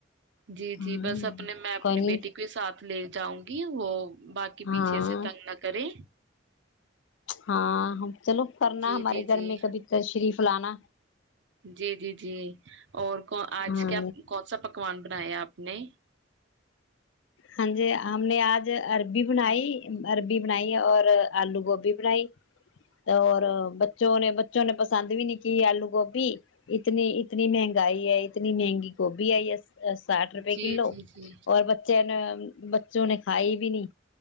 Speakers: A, on the right; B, on the left.
A: جی
B: ہاں
A: جی بس اپنے میں اپنی
B: کوئی نہیں
A: بیٹی پ لے جاؤں گی وہ باقی
B: ہاں
A: پیچھے سے تنگ نہ کرے
B: ہاں چلو کرنا
A: جی
B: ہمارے
A: جی
B: گھر
A: جی
B: میں کبھی ت شریف لانا
A: جی جی جی اور کو آج
B: ہاں
A: کیا کون سا پکوان بنایا آپ نے
B: ہاں جی ہم نے آج اربی بنائی اربی بنائی اور آلو گوبھی بنائی اور بچوں نے بچوں نے پسند بھی نہیں کی آلو گوبھی اتنی اتنی مہنگائی ہے اتنی مہنگی گوبھی آئی ہے ساٹھ روپئے
A: جی
B: کلو
A: جی جی
B: اور <unintelligible> بچوں نے کھائی بھی نہیں